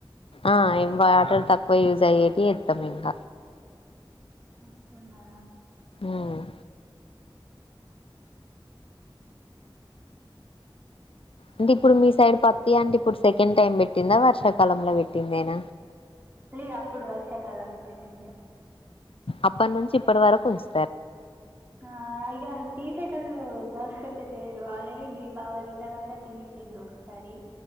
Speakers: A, on the left; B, on the right.
A: ఆ ఇమ్ వాటర్ తక్కువ యూజయ్యేటి ఏత్తమింగ.
B: అట్లనా.
A: ఊమ్. అంటిప్పుడు మీ సైడ్ పత్తీ ఆంటిప్పుడ్ సెకంటైమ్ బెట్టిందా వర్షాకాలంలొ వెట్టిందేన.
B: లేదప్పుడు వర్షాకాలంలొ పెట్టిందె.
A: అప్పడ్నుంచిప్పడవరకుంచ్
B: ఆ ఇగాల్ తీసేటొళ్ళూ దోస్సైతెలేరు ఆల్రెడీ దీబావలి తర్వాత తీసిండొకసారి.